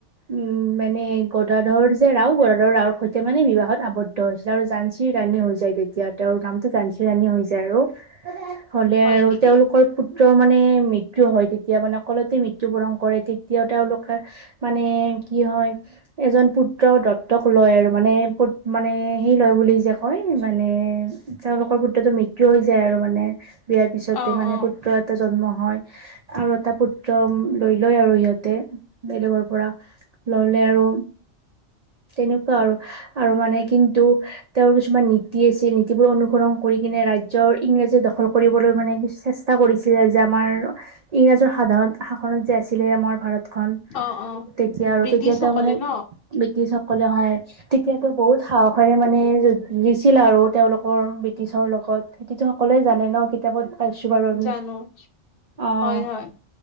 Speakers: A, on the right; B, on the left.
A: উম মানে গদাধৰ যে ৰাও গদাধৰ ৰাওৰ সৈতে মানে বিবাহত আৱদ্ধ হৈছিলে আৰু জাঞ্চী ৰাণী হৈ যায়। তেতিয়া তেওঁৰ নামটো জাঞ্চী ৰাণী হৈ যায় আৰু। হ'লে
B: হয়
A: আৰু
B: নেকি
A: তেওঁলোকৰ পুত্ৰ মানে মৃত্যু হয় তেতিয়া মানে অলতে মৃত্যু বৰণ কৰে তেতিয়াও তেওঁলোকে মানে কি হয় এজন পুত্ৰ দত্তক লয় আৰু মানে পুত মানে সি লয় বুলি যে কয় মানে তেওঁলোকৰ পুত্ৰতো মৃত্যু হৈ যায় আৰু মানে বিয়াৰ পিছতে
B: অ
A: মানে
B: অ
A: পুত্ৰ এটা জন্ম হয়। আৰু এটা পুত্ৰ লৈ লয় আৰু সিহঁতে, বেলেগৰ পৰা। ললে আৰু। তেনেকুৱা আৰু আৰু মানে কিন্তু তেওঁৰ কিছুমান নীতি আছিল নীতি বোৰ অনুসৰণ কৰি কিনে ৰাজ্যৰ ইংৰাজী দখল কৰিবলৈ মানে কিছু চেষ্টা কৰিছিলে যে আমাৰ ইংৰাজৰ সাধাৰণ শাসনত যে আছিলে আমাৰ ভাৰত খন
B: অ অ
A: তেতিয়া আৰু
B: ব্ৰিটিছসকলে
A: তেতিয়া তেওঁ মানে
B: ন
A: ব্ৰিটিছ সকলে হয় তেতিয়াটো বহুত সাহসেৰে মানে দিছিল আৰু তেওঁলোকৰ ব্ৰিটিছ ৰ লগত সেইটোতো সকলোৱে জানে ন কিতাপত পাইছো বাৰু আমি।
B: জানো
A: অ
B: হয় হয়।